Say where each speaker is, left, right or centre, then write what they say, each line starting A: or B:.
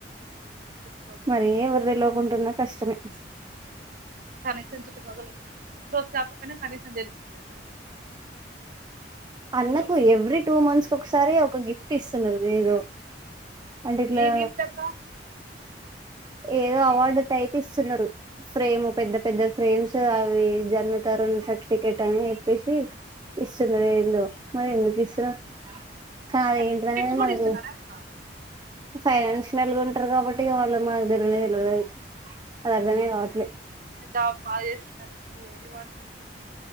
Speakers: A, on the right; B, on the right.
A: చేసుకోవాలి కదా
B: మరీ ఎవరి తెలోకుంటున్నా కష్టమే
A: కనీసించు మగలే మొత్తం క్ కాకపోయినా కనీసం తెలుసింద కదా
B: అన్నకు ఎవ్రీ టూ మంత్స్ ఒకసారి ఒక గిఫ్ట్ ఇస్తున్నారు ఏదో అంటే ఇట్లా
A: ఏం గిఫ్ట్ అక్క
B: ఏదో అవార్డు టైపు ఇస్తున్నారు ఫ్రేమ్ పెద్ద పెద్ద ఫ్రేమ్స్ అవి జన్న్నతరు సర్టిఫికెట్ అని చెప్పేసి ఇస్తున్నారు. మరి ఎందుకు ఇస్తున్నారో కాదే
A: సర్టిఫికెట్స్
B: ఏంటిదనేది
A: కూడా
B: మనకు
A: ఇస్తున్నారా అక్క
B: ఫైనాన్షియల్ వాళ్ళు ఉంటారు కాబట్టి వాళ్ళు మకు తెలియలేదు తెలిదు అద అర్థమే కావట్లే
A: జాబ్ బాగా చేస్తుంది రివార్డ్